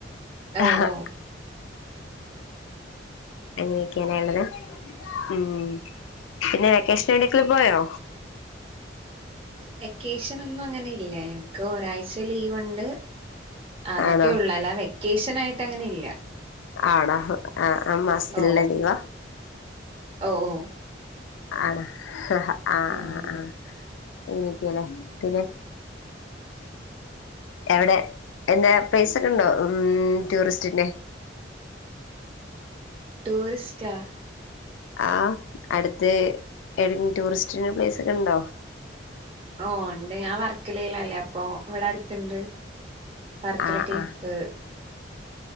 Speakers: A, on the right; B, on the left.
A: ഓഹ്
B: ആഹ്
A: ഓഹ്
B: അങ്ങനെയൊക്കെയാണ് ഒള്ളത് ഉം പിന്നെ വെക്കേഷൻ എവിടേക്ക്ക്കിൽ പോയോ
A: വെക്കേഷൻ ഒന്നും അങ്ങനെ ഇല്ല എനക്ക് ഒരാഴ്ച ലീവ്ണ്ട് അതൊക്കെ
B: ആണോ
A: ഉള്ള അല്ലാ വെക്കേഷൻ ആയിട്ട് അങ്ങനെ ഇല്ല.
B: ആടാ ആഹ് ആ മാസത്തിലുള്ള
A: ഓ
B: ലീവാ
A: ഓ ഓ
B: ആണ ആഹ് ആഹ്
A: ഉം
B: ആഹ് എങ്ങനക്കല്ലേ പിന്നെ എവിടെ എന്താ പ്ലേസ് ഒക്കെ ഉണ്ടോ ഉ ടൂറിസ്റ്റിന്റെ
A: ടൂറിസ്റ്റാ
B: ആ അടുത്ത് ഏതെങ്കി ടൂറിസ്റ്റ് പ്ലേസ് ഉണ്ടോ
A: ഓഹ് ഉണ്ട് ഞാൻ വർക്കലേലല്ലേ അപ്പൊ ഇവിടെ അടുത്തുണ്ട്. വർക്കല
B: ആഹ്
A: ക്ലിഫ്
B: ആഹ്